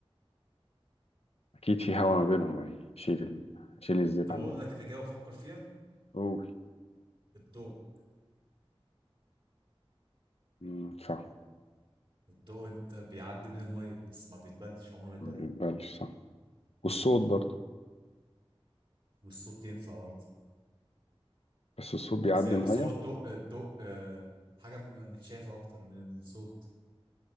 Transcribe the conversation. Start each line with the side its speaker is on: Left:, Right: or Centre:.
Left: اكيد في هوا ما بينهم هيشيل ال... هيشيل الزيت
Right: طب
Left: عن
Right: اقول لك اللي جاي وفكر فيها
Left: قول
Right: الضوء
Left: مم، صح
Right: الضوء انت بيعدي بين المية بس ما بيتبلش عمره ما يتبل
Left: ما بيقبلش صح والصوت برضه
Right: والصوت ينفع برضه
Left: بس الصوت بيعدي
Right: بس هي
Left: الميه
Right: بس هو الضوء الضوء آه، حاجة م- متشافة أكتر من الصوت